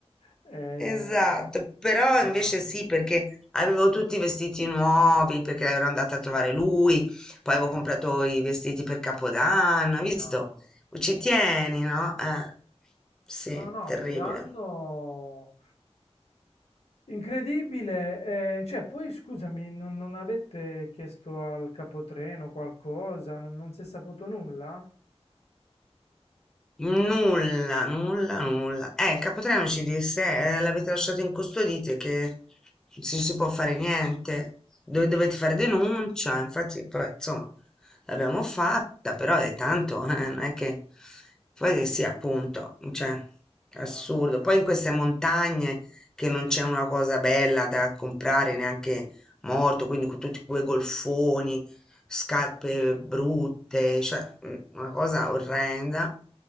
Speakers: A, on the left; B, in the centre.
A: Eh,
B: Esatto, però
A: dai,
B: invece sì, perché avevo tutti i vestiti nuovi, perché ero andata a trovare lui, poi
A: peso.
B: avevo comprato i vestiti per Capodanno,
A: No,
B: hai visto? Ci tieni, no? Eh, sì,
A: no, no,
B: terribile.
A: un danno incredibile. eh, cioè, poi scusami, non, non avete chiesto al capotreno qualcosa? Non, non si è saputo nulla?
B: Nulla, nulla, nulla. Eh, il Capotreno ci disse, eh, l'avete lasciato incustodite che non si si può fare niente, Dove dovete fare denuncia, infatti, vabbè, insomma, l'abbiamo fatta, però è tanto, <laughs> eh, non è che... Poi sì, appunto, cioè, assurdo.
A: Mamma mia.
B: Poi in queste montagne che non c'è una cosa bella da comprare neanche morto, quindi con tutti quei golfoni scarpe brutte, cioè mm, una cosa orrenda.